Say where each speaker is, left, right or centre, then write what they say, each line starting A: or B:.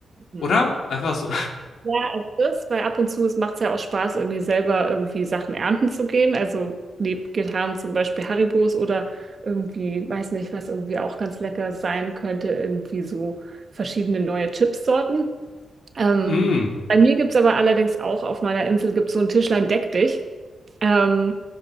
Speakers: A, on the right (about 55°); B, on the left (about 75°).
A: Hm.
B: Oder? Einfach so.
A: Ja, also das, weil ab und zu es macht es ja auch Spaß, irgendwie selber irgendwie Sachen ernten zu gehen. Also neben Gitarren zum Beispiel Haribos oder irgendwie, weiß nicht, was irgendwie auch ganz lecker sein könnte, irgendwie so verschiedene neue Chipssorten. Ähm,
B: <laughs> Mm.
A: bei mir gibt es aber allerdings auch auf meiner Insel gibt's so ein Tischlein Deck dich. Ähm,